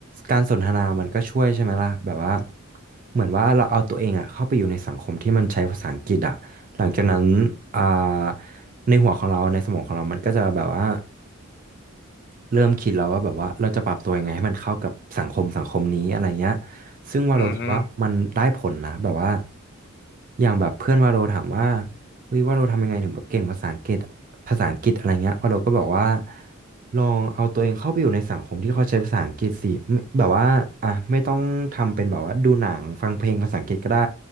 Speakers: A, on the right; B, on the left.
A: การสนทนามันก็ช่วยใช่ไหมล่ะแบบว่าเหมือนว่าเราเอาตัวเองอะเข้าไปอยู่ในสังคมที่มันใช้ภาษาอังกฤษอะหลังจากนั้นอ่าในหัวของเราในสมองของเรามันก็จะแบบว่าเริ่มคิดแล้วว่าแบบว่าเราจะปรับตัวยังไงให้มันเข้ากับสังคมสังคมนี้อะไรเงี้ยซึ่งวาโลคิดว่ามันได้ผลนะแบบว่า
B: อืม
A: อย่างแบบเพื่อนวาโลถามว่าเฮ้ยวาโลทำยังไงถึงแบบเก่งภาษาอังกฤษ ภาษาอังกฤษอะไรเงี้ยว่าเราก็บอกว่าลองเอาตัวเองเข้าไปอยู่ในสังคมที่เขาใช้ภาษาอังกฤษสิไม่แบบว่าอ่ะไม่ต้องทำเป็นแบบว่าดูหนังฟังเพลงภาษาอังกฤษก็ได้